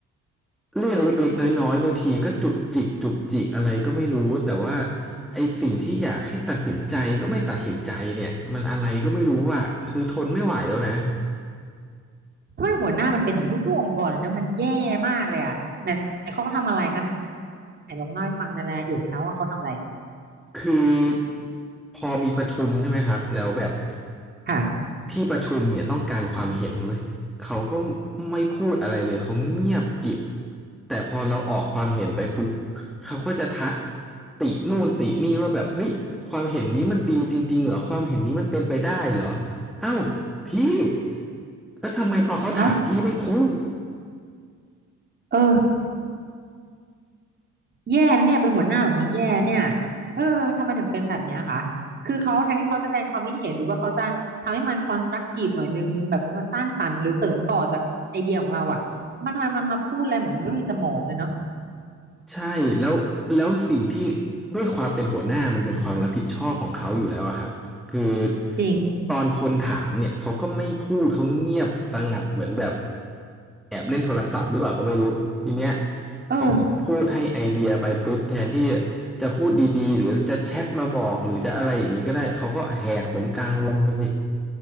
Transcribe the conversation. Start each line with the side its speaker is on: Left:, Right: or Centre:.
Centre: เรื่องเล็กๆน้อยๆบางทีก็จุกจิกจุกจิกอะไรก็ไม่รู้แต่ว่าไอ้สิ่งที่อยากให้ตัดสินใจก็ไม่ตัดสินใจเนี่ยมันอะไรก็ไม่รู้อ่ะคือทนไม่ไหวแล้วนะ
Right: ทำไมหัวหน้ามันเป็นอย่างนี้ทุกๆองค์กรเลยนะมันแย่มากเลยอ่ะไหนไหนเขาทำอะไรคะไหนไหนลองเล่าให้ฟังในรายละเอียดสิคะว่าเขาทำอะไร
Centre: คือพอมีประชุมใช่ไหมครับแล้วแบบ
Right: ค่ะ
Centre: ที่ประชุมเนี่ยต้องการความเห็นเว้ยเขาก็ไม่พูดอะไรเลยเขาเงียบกริบแต่พอเราออกความเห็นไปปุ๊บเขาก็จะทักตินู่นตินี่ว่าแบบเฮ้ยความเห็นนี้มันดีจริงๆเหรอความเห็นนี้มันเป็นไปได้เหรอเอ้าพี่แล้วทำไมตอนเขาถามพี่ไม่พูด
Right: เอ้าเออแย่นะเนี่ยเป็นหัวหน้าแบบนี้แย่เนี่ยเออทำไมถึงเป็นแบบเนี้ยคะคือเขาแทนที่เขาจะแสดงความคิดเห็นหรือว่าเขาจะทำให้มันคอนสตรักทีฟหน่อยนึงแบบมาสร้างสรรค์หรือเสริมต่อจากไอเดียของเราอ่ะมันทำไมมันมาพูดอะไรเหมือนไม่มีสมองเลยเนาะ
Centre: ใช่แล้วแล้วสิ่งที่ด้วยความเป็นหัวหน้ามันเป็นความรับผิดชอบของเขาอยู่แล้วอะครับคือ
Right: จริง
Centre: ตอนคนถามเนี่ยเขาก็ไม่พูดเขาเงียบสงัดเหมือนแบบแอบเล่นโทรศัพท์หรือเปล่าก็ไม่รู้ทีเนี้ย
Right: เออ
Centre: พอผมพูดให้ไอเดียไปปุ๊บแทนที่จะพูดดีๆหรือจะแชทมาบอกหรือจะอะไรอย่างนี้ก็ได้เขาก็แหกผมกลางวงเลย